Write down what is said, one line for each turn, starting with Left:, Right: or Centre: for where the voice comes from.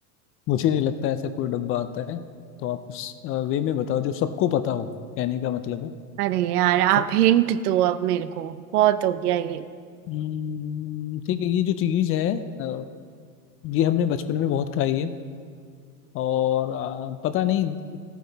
Left: मुझे नहीं लगता ऐसा कोई डब्बा आता है तो आप उस वे में बताओ जो सबको पता हो कहने का मतलब है
Right: अरे यार आप
Left: फै-
Right: हिंट दो अब मेरे को बहुत हो गया ये
Left: हम्म, ठीक है ये जो चीज है अ, ये हमने बचपन में बहुत खाई है और अ, पता नहीं